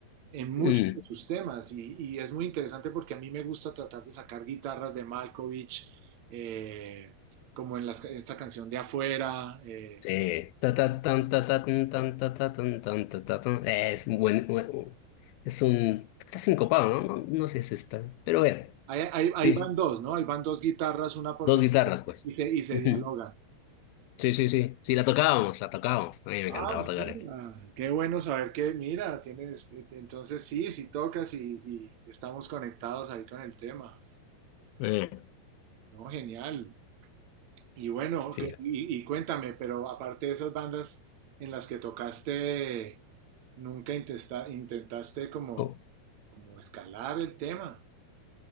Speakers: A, on the right; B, on the left.
A: en muchos
B: Mm,
A: de sus temas y, y es muy interesante porque a mí me gusta tratar de sacar guitarras de Malkovich, eh, como en, las- en esta canción de Afuera. eh,
B: sí. Ta, ta, tan, ta, ta, tan, tan, ta, ta, tan, tan, ta, ta, tan. Eh, es un buen, buen- es un, está sincopado, ¿no? No, no sé si está, pero bueno,
A: ahí, ahí- ahí
B: sí,
A: van dos, ¿no? Ahí van dos guitarras, una por
B: dos
A: debajo
B: guitarras, pues.
A: y se, y se
B: Ujú.
A: dialogan.
B: Sí, sí, sí, sí, la tocábamos, la tocábamos. A mí me
A: Ah,
B: encantaba tocar
A: mira,
B: eso.
A: qué bueno saber que, mira, tienes, eh, entonces sí, sí tocas y, y estamos conectados ahí con el tema,
B: Eh,
A: ¿no? Genial. Y bueno, ok,
B: sí.
A: y, y cuéntame, pero aparte de esas bandas en las que tocaste, nunca intesta- intentaste como,
B: Oh.
A: como escalar el tema.